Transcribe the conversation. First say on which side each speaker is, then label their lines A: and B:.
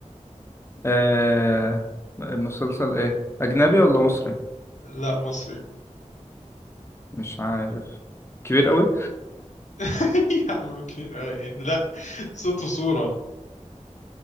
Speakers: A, on the left; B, on the left.
A: آه، مسلسل ايه اجنبي ولا مصري
B: لا مصري
A: مش عارف كبير قوي
B: <laughs> يا عم كبير أوي إيه؟ لا صوت وصورة